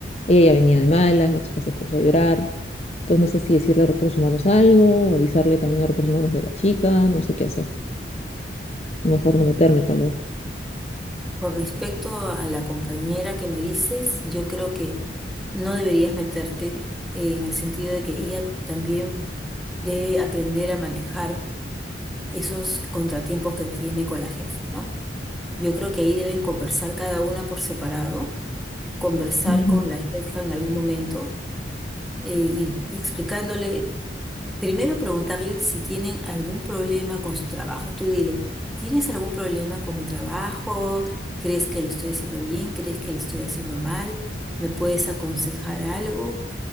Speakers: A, on the left; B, in the centre.
A: Ella ya venía de malas, la chica se puso a llorar. Entonces no sé si decirle a recursos humanos algo, o avisarle también a recursos humanos de la chica, no sé qué hacer. Mejor no meterme, tal vez.
B: Con respecto a la compañera que me dices, yo creo que no deberías meterte en el sentido de que ella también debe aprender a manejar esos contratiempos que tiene con la jefa, ¿no? Yo creo que ahí deben conversar cada una por separado conversar
A: Ujú,
B: con la jefa en algún momento eh, y explicándole Primero preguntarle si tienen algún problema con su trabajo. Tú dile, ¿tienes algún problema con mi trabajo? ¿Crees que lo estoy haciendo bien? ¿Crees que lo estoy haciendo mal? ¿Me puedes aconsejar algo?